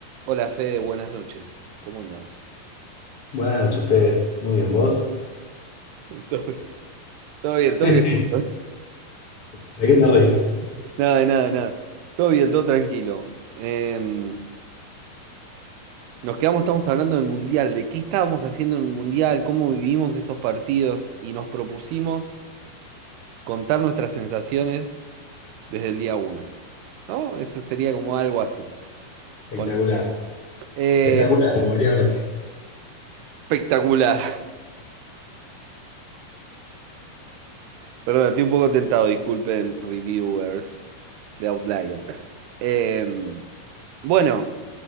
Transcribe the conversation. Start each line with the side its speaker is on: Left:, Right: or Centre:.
Right: Hola Fede, buenas noches. ¿Cómo andás?
Left: Buenas noches, Fede. Muy bien, ¿vos?
Right: <laughs> Todo
Left: <laughs>
Right: bien, todo
Left: ¿De
Right: bien, todo bien.
Left: qué te reís?
Right: <laughs> Nada, de nada, de nada. Todo bien, todo tranquilo. Em, nos quedamos, estamos hablando del Mundial, de qué estábamos haciendo en el Mundial, cómo vivimos esos partidos y nos propusimos contar nuestras sensaciones desde el día uno. ¿No? Eso sería como algo así.
Left: Espectacular.
Right: Pon- Eh,
Left: Espectacular, como diría Messi.
Right: espectacular. Perdón, estoy un poco tentado, disculpen, reviewers de Outlier. Eh, bueno,